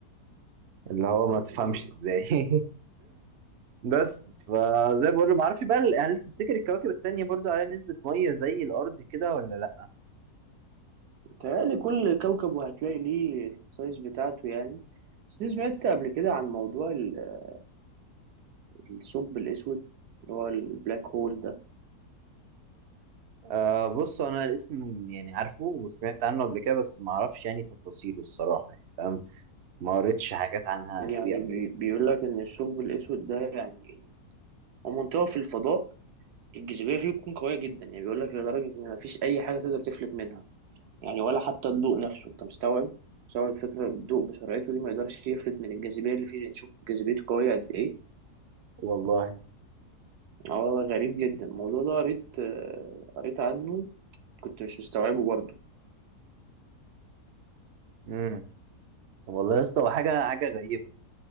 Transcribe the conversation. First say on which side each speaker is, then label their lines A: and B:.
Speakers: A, on the right; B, on the right.
A: اللي هو ما تفهمش
B: ده
A: ازاي <laughs> بس فزي ما بقول له ما اعرفش بقى هل تفتكر الكواكب التانية برضو عليها نسبة مية زي الأرض كده ولا لأ؟
B: متهيألي كل كوكب وهتلاقي ليه السايز بتاعته يعني بس دي سمعت قبل كده عن موضوع ال- الثقب الأسود اللي هو البلاك هول ده
A: آه بص أنا الاسم يعني عارفه وسمعت عنه قبل كده بس ما اعرفش يعني تفاصيله الصراحة يعني فاهم ما قريتش حاجات عنها
B: يعني
A: قوي قبل
B: بي-
A: كده
B: بيقول لك إن الثقب الأسود ده يعني هو منطقة في الفضاء الجاذبية فيه بتكون قوية جدا يعني بيقول لك لدرجة إن مفيش أي حاجة تقدر تفلت منها يعني ولا حتى الضوء نفسه أنت مستوعب مستوعب فكرة الضوء بسرعته دي ما يقدرش يفلت من الجاذبية اللي فيه نشوف جاذبيته قوية قد إيه
A: والله
B: اه والله غريب جدا الموضوع ده قريت آه، قريت عنه كنت مش مستوعبه برضه
A: امم والله يا اسطى هو حاجة حاجة غريبة